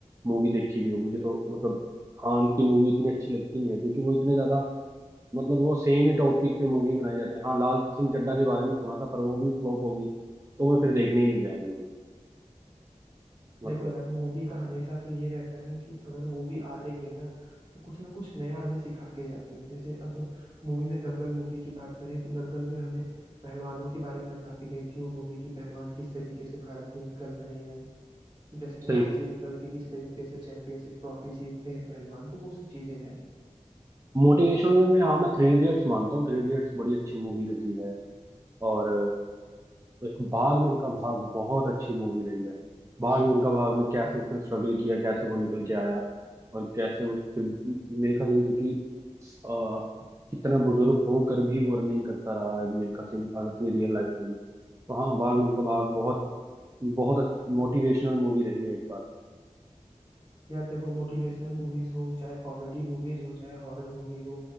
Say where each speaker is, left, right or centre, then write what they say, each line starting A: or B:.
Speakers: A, on the right; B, on the right.
A: मूवी देखी भी हो मुझे तो मतलब खान की मूवी इतनी अच्छी लगती नहीं है क्योंकि वो इतने ज्यादा मतलब वो सेम ही टॉपिक पे मूवी बनाए जाते हैं हाँ लाल सिंह चड्ढा के बारे में सुना था पर वो भी फ्लॉप होगी तो मैं फिर देखने ही नहीं गया मूवी मतलब
B: देखो यार मूवी का हमेशा से ये रहता है ना कि अगर मूवी आ रही है ना तो कुछ ना कुछ नया हमें सिखा के जाती है जैसे अब मूवी में दंगल मूवी की बात करें तो दंगल में हमें पहलवानों के बारे में बता के गई थी वो मूवी की पहलवान किस तरीके से भारत में निकल रहे हैं तो जैसे
A: सही
B: गांव से निकल के किस तरीके से चैंपियनशिप ट्रॉफी जीतते हैं पहलवान तो वो सब चीजें हैं
A: मोटिवेशनल में हाँ मैं थ्री इडियट्स मानता हूँ थ्री इडियट्स बड़ी अच्छी मूवी रही है और एक भाग मिल्खा भाग बहुत अच्छी मूवी रही है भाग मिल्खा भाग में
B: हाँ
A: कैसे उसने
B: यार
A: स्ट्रगल किया कैसे वो निकल के आया और कैसे उस फिर मिल्खा सिंह क्योंकि आ, कितना बुजुर्ग होकर भी वो रनिंग करता रहा है मिल्खा सिंह और अपनी रियल लाइफ में भी तो हाँ भाग मिल्खा भाग बहुत बहुत मोटिवेशनल मूवी रही है एक बार
B: यार देखो मोटिवेशनल मूवीज हो चाहे कॉमेडी मूवीज हो चाहे हॉरर मूवी हो